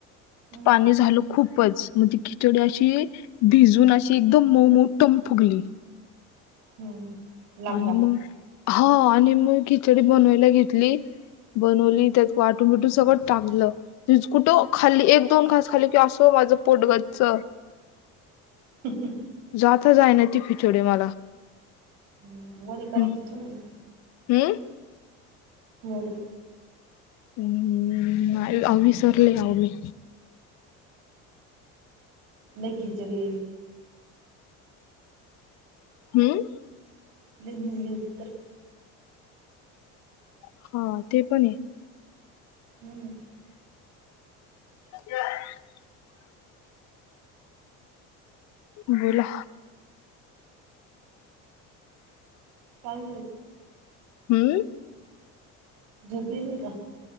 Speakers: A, on the right; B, on the left.
A: हम्म
B: पाणी झाल खूपच मग ती खिचडी अशी भिजून अशी एकदम मऊ मऊ टम फुगली.
A: हम्म लागदा.
B: आणि मग हा आणि मग खिचडी बनवायला घेतली. बनवली त्यात वाटून बिटून सगळं टागलं कुठं खाली एक दोन घास खाली कि असो माझं पोटगच्च
A: हम्म हम्म
B: जाता जायना ती खिचडी मला.
A: हम् वडी करायची
B: हम्म
A: तुला.
B: हम्म
A: हो बाई
B: हम् अहो विसरले ना हो मी.
A: नाही खिचडी
B: हम्म
A: नाही बिजली उफतर
B: हा ते पण आहे.
A: हम्म
B: ह बोला
A: काय
B: हम्म
A: झोपली न का